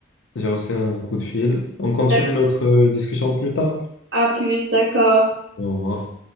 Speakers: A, on the left; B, on the right.
A: J'ai reçu un coup de fil. On continue
B: D'accord.
A: notre euh, discussion plus tard.
B: À plus, d'accord.
A: Au revoir.